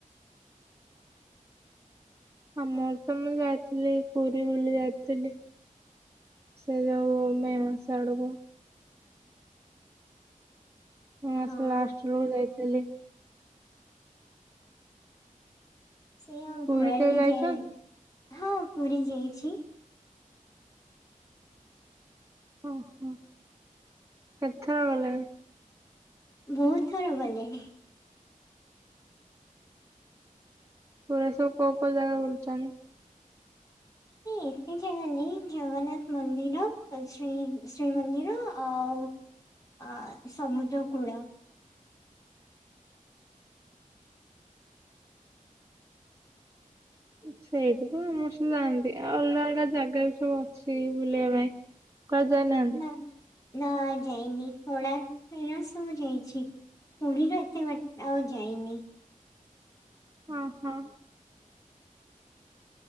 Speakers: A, on the right; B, on the left.
A: ଆମର ତ ମୁଁ ଯାଇଥିଲି ପୁରୀ ବୁଲି ଯାଇଥିଲି ସେ ଯୋଉ ମେ ମାସ ଆଡକୁ। ମେ ମାସ
B: ହଁ।
A: ଲାଷ୍ଟ ବେଳକୁ ଯାଇଥିଲି।
B: ସେୟା ଆଉ
A: ପୁରୀ
B: କୁଆଡ଼େ
A: କେବେ
B: ବି
A: ଯାଇଛନ୍ତି?
B: ଯାଇ ହଁ ପୁରୀ ଯାଇଛି।
A: ଓହୋ କେତଥର ଗଲେଣି?
B: ବହୁତ ଥର ଗଲିଣି।
A: ପୁରୀ ରେ ସବୁ କୋଉ କୋଉ ଜାଗା ବୁଲିଛ ହେଁ।
B: ହୁଁ। ଏ ଜାଗା ନି ଜଗନ୍ନାଥ। ମନ୍ଦିର ଆଉ ଶ୍ରୀ ଶ୍ରୀମନ୍ଦିର ଆଉ ଆ ସମୁଦ୍ର କୂଳ।
A: ସେଇଠୁ ତ ସମସ୍ତେ ଯାଆନ୍ତି ଅଲଗା ଅଲଗା ଜାଗା ବି ସବୁ ଅଛି ବୁଲିବା ପାଇଁ। କୁଆଡ଼େ ଯାଇନାହାନ୍ତି?
B: ନା ନା ଯାଇନି କୋଣାର୍କ ଯାଇ ଆସ ମୁଁ ଯାଇଛି। ପୁରୀ ର ଏତେ ବାଟ ଆଉ ଯାଇନି।
A: ହଁ -ହଁ।